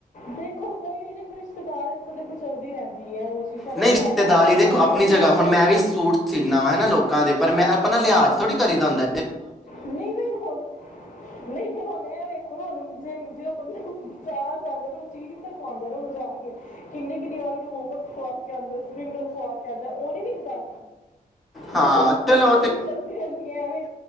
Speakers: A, on the left; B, in the centre.
A: ਦੇਖੋ ਕੋਈ ਨੀ ਦੇਖੋ ਵਿੱਚ ਸਿਤਾਰ ਇਸ ਤ ਖਚਲਦੀ ਰਹਿੰਦੀ ਹੈ ਚ
B: ਨਹੀਂ ਰਿਸ਼ਤੇਦਾਰੀ
A: ਭੈਣਾਂ ਹੋਣੀਆਂ
B: ਦੇਖੋ
A: ਆਪਾਂ
B: ਆਪਣੀ
A: ਤਹੀ
B: ਜਗ੍ਹਾ
A: ਕਰਦੇ
B: ਹੁਣ ਮੈਂ ਵੀ ਸੂਟ ਸੀਨਾ ਵਾ ਹਨਾ ਲੋਕਾਂ ਦੇ ਪਰ ਮੈਂ ਆਪਣਾ ਲਿਹਾਜ਼ ਥੋੜੀ ਕਰੀ ਦ ਹਦਾ
A: ਨਹੀਂ ਫ ਹੁਣ ਨਹੀਂ ਫੇਿਰ ਹੁਣ ਐ ਵੇਖੋ ਨਾ ਹੁਣ ਜੇ ਜੇ ਉਹ ਬੰਦਾ ਬਾਰ ਜਾਂਦਾ ਫਿਰ ਉਹ ਚੀਜ਼ ਪਤਾ ਖੁਵਾਉਂਨੂੰ ਜਾ ਕੇ ਕਿੰਨੀੇ ਕਿੰਨੀ ਵਾਰ ਉਹਨੂੰ ਮੋਮੋਸ ਖਵਾ ਕੇ ਆਉਂਦਾ ਸਪਿੰਗ ਰੋਲ ਖਵਾ ਕੇ ਆਉਂਦਾ ਉਹਨੇ ਨ ਖ ਦੇਖੋਸ
B: ਹਾਂ ਚਲੋ
A: ਵੀ ਚੱਲਦੀ ਰਹਿੰਦੀ ਹੈ ਐਵੇਂ